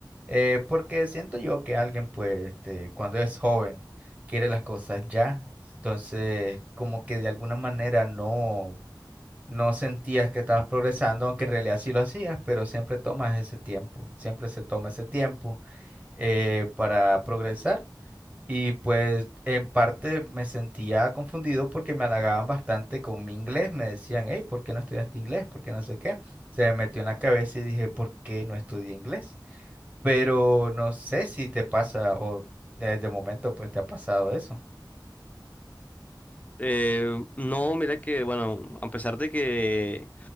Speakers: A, on the right; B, on the left.
A: eh, porque siento yo que alguien, pues, este, cuando es joven, quiere las cosas ya, entonces como que de alguna manera no no sentías que estabas progresando, aunque en realidad sí lo hacías, pero siempre tomas ese tiempo, siempre se toma ese tiempo eh, para progresar. Y pues en parte me sentía confundido porque me halagaban bastante con mi inglés, me decían, hey, ¿por qué no estudiaste inglés? ¿Por qué no sé qué? Se me metió en la cabeza y dije, ¿por qué no estudié inglés? Pero no sé si te pasa o eh, de momento pues te ha pasado eso.
B: Eh, no, mira que, bueno, a pesar de que